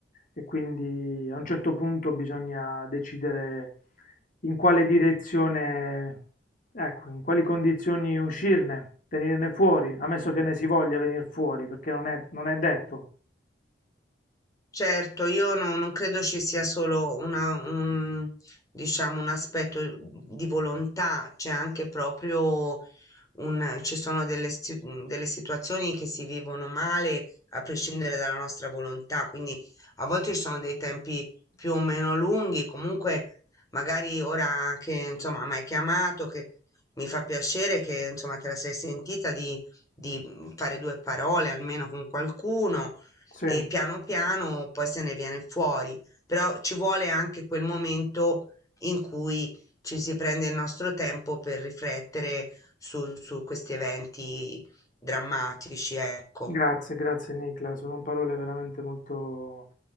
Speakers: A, on the left; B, on the left.
A: E quindi a un certo punto bisogna decidere in quale direzione, ecco, in quali condizioni uscirne, venirne fuori, ammesso che ne si voglia venire fuori, perché non è non è detto.
B: Certo, io no- non credo ci sia solo una, un, diciamo, un aspetto di volontà, c'è anche proprio un- ci sono delle, si- delle situazioni che si vivono male a prescindere dalla nostra volontà, quindi a volte ci sono dei tempi più o meno lunghi, comunque magari ora che insomma mi hai chiamato, che mi fa piacere che insomma te la sei sentita di, di mm, fare due parole almeno con qualcuno
A: sì
B: e piano piano poi se ne viene fuori, però ci vuole anche quel momento in cui ci si prende il nostro tempo per riflettere su, su questi eventi drammatici, ecco.
A: Grazie, grazie Nicla, sono parole veramente molto,